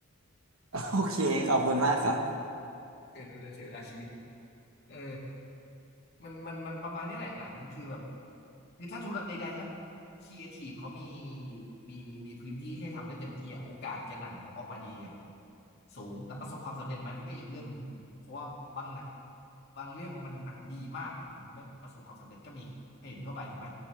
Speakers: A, on the right (about 75°); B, on the left (about 50°).
A: <laughs> โอเคขอบคุณมากครับ
B: อย่าดูเลยเสียเวลาชีวิตเออมันมันมันประมาณเนี้ยแหละหนังคือแบบคือถ้าธุระใดๆถ้าครีเอทีฟเขามีมีมีพื้นที่ให้ทำได้เต็มที่อ่ะโอกาสจะหนังออกมาดีอ่ะสูงแต่ประสบความสำเร็จไหมมันก็อีกเรื่องหนึ่งเพราะว่าบางหนังบางเรื่องมันหนังดีมากนะแต่มันไม่ประสบความสำเร็จก็มีให้เห็นทั่วไปถูกไหม